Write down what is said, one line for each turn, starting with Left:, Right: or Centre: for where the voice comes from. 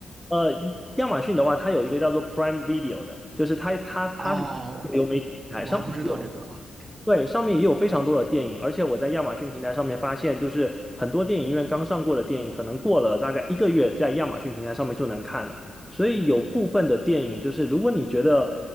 Centre: 呃，亚马逊的话，它有一个叫做 Prime Video 的，就是它它它是流媒体平台，
Right: 哦，哦我还不知道这个啊。
Centre: 上面也有。对，上面也有非常多的电影，而且我在亚马逊平台上面发现，就是很多电影院刚上过的电影，可能过了大概一个月，在亚马逊平台上面就能看了。所以有部分的电影，就是如果你觉得